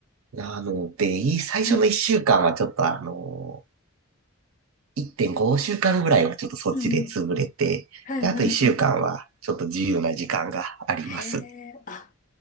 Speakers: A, on the right; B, on the left.
A: なので、い最初の一週間はちょっとあの、
B: はい。
A: 1.5週間ぐらいはちょっとそっちで潰れて、
B: うんうん。はいはいはい。
A: で、あと一週間はちょっと自由な時間があります。
B: へえ、あ、